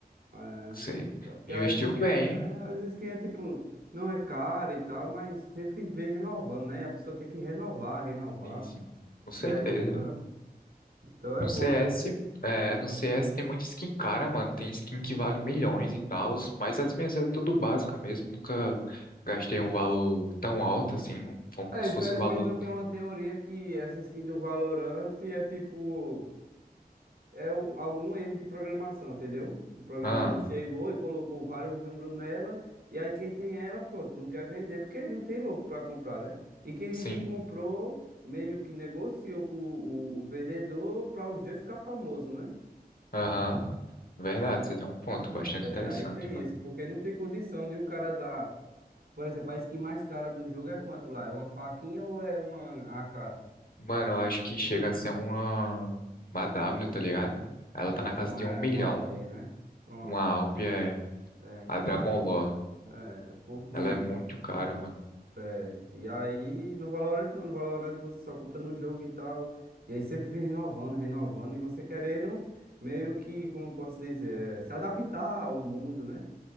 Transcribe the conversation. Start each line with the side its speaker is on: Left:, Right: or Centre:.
Right: É,
Left: você
Right: tipo, é porque
Left: investiu
Right: às vezes quem
Left: bem,
Right: é, é, às vezes quem é tipo, não é caro e tal, mas sempre vem renovando, né? E a pessoa tem que renovar, renovar.
Left: hein? Sim, sim, com certeza.
Right: E aí, pra... então
Left: No
Right: é bom,
Left: CS,
Right: né?
Left: é, no CS tem muita skin cara, mano. Tem skin que vale milhões e tal, mas as minhas é tudo básica mesmo. Nunca gastei um valor tão alto assim, como
Right: É,
Left: se
Right: infelizmente
Left: fosse um valor.
Right: eu tenho uma teoria que essa skin do Valorant é tipo. É o- algum erro de programação, entendeu? O programador
Left: Ah,
Right: chegou e colocou vários números nela, e aí quem tem ela, pronto, não quer vender porque não tem louco para comprar, né? E quem diz
Left: sim.
Right: que comprou, meio que negociou com o, o vendedor para os dois ficar famoso, né?
Left: Aham. Verdade, você tem um ponto bastante
Right: É,
Left: interessante,
Right: e aí tem
Left: mano.
Right: isso, porque não tem condição de o cara dar. Por exemplo, a skin mais cara do jogo é quanto lá? É uma faquinha ou é uma AK?
Left: Mano, eu acho que chega a ser uma, uma W, tá ligado? Ela
Right: Uma,
Left: tá na casa
Right: uma,
Left: de um milhão.
Right: uma OP, né? Pronto.
Left: Uma Alp é
Right: É,
Left: a Dragon Lore.
Right: é, o povo diz.
Left: Ela é muito cara, mano.
Right: É, e aí no Valorant não, no Valorant você só compra no jogo e tal, e aí sempre vem renovando, renovando, e você querendo meio que, como eu posso dizer, é, se adaptar ao mundo, né?